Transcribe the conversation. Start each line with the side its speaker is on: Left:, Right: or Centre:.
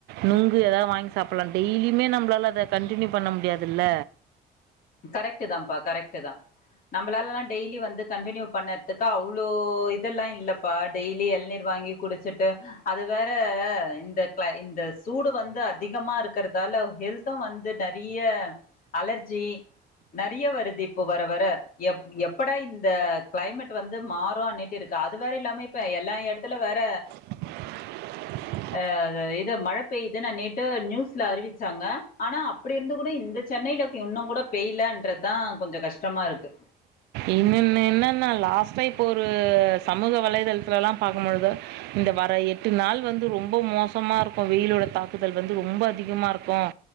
Right: நொங்கு ஏதாவது வாங்கி சாப்டலா டெய்லியுமே நம்ளால்ல அத கண்டினியூ பண்ண முடியாதுல்ல
Left: கரெக்ட்டு தாபா கரெக்ட்டு தா நம்மளாலல்லா டெய்லி வந்து கண்டினியூ பண்ணறதுக்கு அவ்ளோ இதெல்லா இல்ல அப்பா டெய்லி எளநீர் வாங்கி குடிச்சிட்டு அது வேற இந்த க இந்த சூடு வந்து அதிகமா இருக்கறதால ஹெல்த் பித்தோ வந்து நெறைய அலர்ஜி நெறைய வருது இப்ப வர வர எப் எப்படா இந்த கெளைமேட் வந்து மாறு அன்னிட்டு இருக்கு அதுவேற இல்லாம இப்ப எல்லா எடத்துல வேற
Right: <inaudible>
Left: ஆ இது மழை பெய்யுதுன்னு நேத்து நியூஸ்ல அறிவிச்சாங்க ஆனா அ அப்டி இருந்து கூட இந்த சென்னையில இன்னு கூட பெய்யலன்றதுதா கொஞ்சோ கஷ்டமா இருக்கு
Right: இன்ன இன்ன என்னென்னா லாஸ்ட்டா இப்போ ஒரு சமூக வலைதளத்துலா பாக்கு பொழுது இந்த வர எட்டு நாள் வந்து ரொம்ப மோசமா இருக்கு வெயிலோட தாக்குதல் வந்து ரொம்ப அதிகமா இருக் கோம்